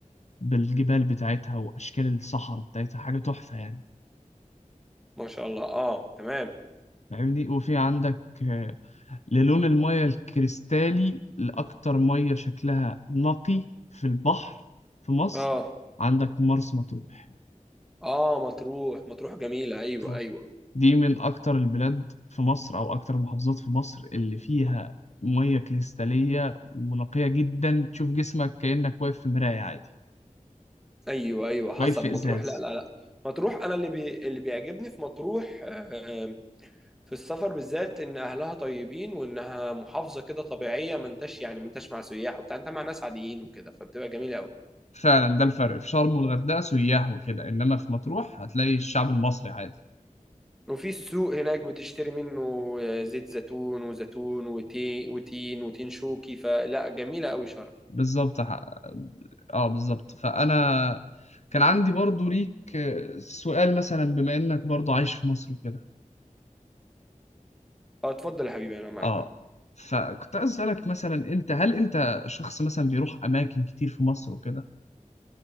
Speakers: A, on the left (about 55°); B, in the centre.
A: بالجبال بتاعتها وأشكال الصحراء بتاعتها حاجة تحفة يعني
B: ما شاء الله اه تمام
A: فاهمني وفي عندك آه، للون المية الكريستالي لأكتر مية شكلها نقي في البحر في مصر
B: اه
A: عندك مرسى مطروح
B: اه مطروح مطروح جميلة ايوه
A: مطروح
B: ايوه
A: دي من أكتر البلاد في مصر أو أكتر المحافظات في مصر اللي فيها مية كريستالية ونقية جدا تشوف جسمك كأنك واقف في مراية عادي
B: ايوه ايوه حصل
A: واقف في
B: مطروح
A: إزاز
B: لا لا لا مطروح انا اللي بي... اللي بيعجبني في مطروح آه، في السفر بالذات ان اهلها طيبين وانها محافظة كده طبيعية ما انتش يعني ما انتش مع سياح وبتاع انت مع ناس عاديين وكده فبتبقى جميلة قوي
A: فعلا ده الفرق في شرم والغردقة سياح وكده إنما في مطروح هتلاقي الشعب المصري عادي
B: وفي السوق هناك بتشتري منه آه، زيت زيتون وزيتون وتي... وتين وتين شوكي فلا جميلة قوي شرم
A: بالظبط ح- اه بالظبط فأنا كان عندي برضو ليك سؤال مثلا بما إنك برضو عايش في مصر وكده
B: اه اتفضل يا حبيبي انا معاك
A: اه فكنت عايز اسالك مثلا انت هل انت شخص مثلا بيروح اماكن كتير في مصر وكده